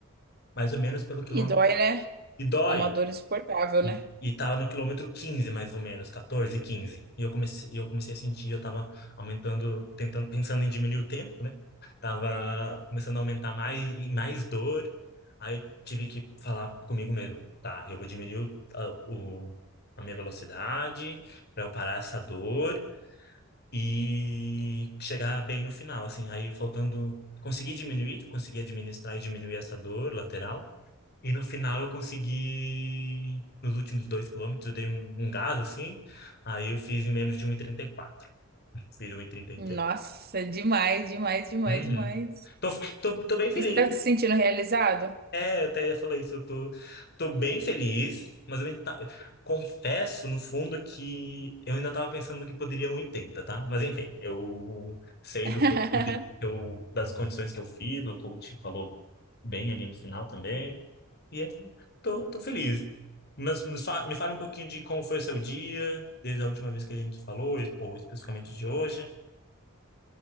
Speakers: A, on the left; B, on the right.
A: mais ou menos pelo quilômetro.
B: E dói, né?
A: E dói,
B: É uma dor insuportável,
A: E,
B: né?
A: e tava no quilômetro 15 mais ou menos, 14, quinze E eu comecei, eu comecei a sentir, eu tava aumentando, tentando, pensando em diminuir o tempo, né? Tava começando a aumentar mais e mais dor. Aí eu tive que falar comigo mesmo, tá, eu vou diminuir o, a, o- a minha velocidade para eu parar essa dor e chegar bem no final, assim. Aí faltando, consegui diminuir, consegui administrar e diminuir essa dor lateral. E no final eu consegui, nos últimos dois quilômetros, eu dei um, um gás assim, aí eu fiz em menos de um e trinta e quatro Fiz um 1,33.
B: Nossa, demais, demais, demais,
A: Uhum.
B: demais.
A: Tô, tô, tô bem feliz,
B: E você tá se sentindo realizado?
A: É, eu até ia falar isso. Eu tô, tô bem feliz, mas eu ainda tá- confesso, no fundo, que eu ainda tava pensando que poderia 1,80, tá? Mas enfim, eu sei
B: <laughs>
A: do que eu, do que eu- das condições que eu fiz, o coach falou bem ali no final também. E é, tô, tô feliz. Mas me fa- me fala um pouquinho de como foi o seu dia, desde a última vez que a gente falou, ou especificamente de hoje.